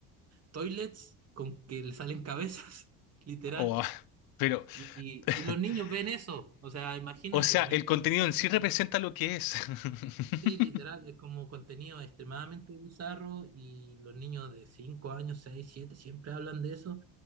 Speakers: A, on the right (about 40°); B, on the left (about 65°).
A: toilets con que le salen cabezas, <laughs> literal.
B: Oh, pero,
A: Y, y, y los
B: <clears throat>
A: niños ven eso, o sea, imagínate,
B: o sea,
A: niños
B: el contenido en
A: así
B: sí
A: como,
B: representa lo que es. <laughs>
A: sí, literal, es como contenido extremadamente bizarro y los niños de 5 años, 6 7 siempre hablan de eso.